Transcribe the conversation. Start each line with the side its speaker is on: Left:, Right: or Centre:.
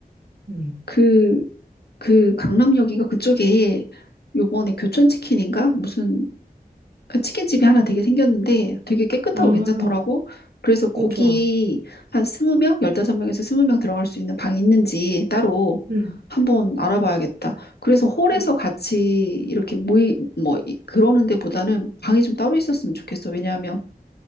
Right: 음.
Left: 그, 그 강남역인가 그쪽에 요번에 교촌치킨인가? 무슨 그러니까 치킨집이 하나 되게 생겼는데 되게 깨끗하고
Right: 아,
Left: 괜찮더라고. 그래서 거기
Right: 오, 좋아.
Left: 한 20명, 15명에서 20명 들어갈 수 있는 방이 있는지 따로
Right: 음.
Left: 한번 알아봐야겠다. 그래서 홀에서
Right: 어.
Left: 같이 이렇게 모이, 뭐, 이- 그러는 데보다는 방이 좀 따로 있었으면 좋겠어. 왜냐하면